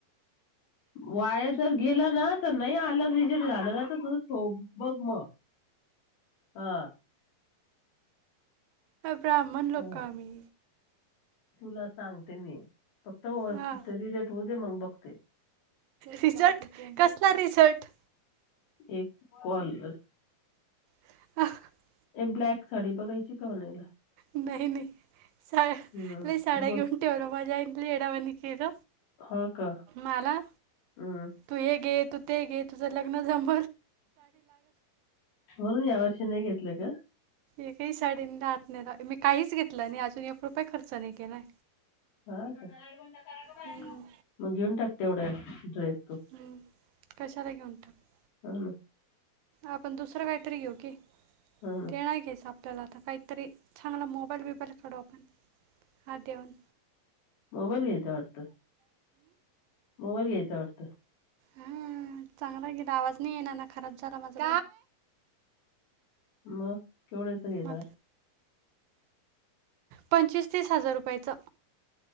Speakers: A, on the left (about 85°); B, on the right (about 75°).
A: वाया जर गेला ना तर नाही आलं रिजे झालं ना तर तुझो बघ. हो हा.
B: ब्राह्मण लोक
A: <unintelligible>
B: आम्ही
A: <inaudible> तुला सांगते मी फक्त
B: हा
A: तरी रेट हो दे मग बघते.
B: रिझल्ट कसला रिझल्ट
A: एक कल.
B: <inaudible>
A: एक ब्लॅक साडी बघायची का म्हणायला.
B: नाही नाही सा
A: हम्म
B: ल साडागे
A: बोल
B: उटेव र मजा आंली येढावण केल.
A: हा का
B: मला
A: हम्म
B: तू हे गे तू ते गे तुझं लग्न जम.
A: म्हणून यावर्षी नाही घेतलं का.
B: एकही शाडी राहात नाही मी काहीच घेतलं नाही अजून एक रुपये खर्च नाही केलाय.
A: हा का
B: हम्म
A: मगगे उंट. तेवढ्या ड्रेस तू
B: हम्म कशाला घेऊन टाक
A: हा ना.
B: आपण दुसरं काहीतरी घेऊ की
A: हा ना
B: ते नाही घच आप ला आता काहीतरी चांगला मोबाईल बबाईलकडू आपण हा देऊन.
A: मोबाईल घ्यायच वाटतं. मोबाइल घ्यायचाय वाटत.
B: हा चांगला गेला आवाज नाही ये ना ना खराब झाला माझा
A: मग केवढ्याचं घेणार.
B: मग पंचवीस तीस हजार रुपयाचं.